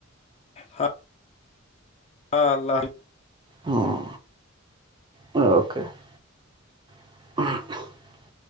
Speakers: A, on the left (about 30°); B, on the right (about 20°).
A: ہاں <inaudible> ہاں اللہ ح <unintelligible>
B: ہاں اوکے <unintelligible> ہ <inaudible>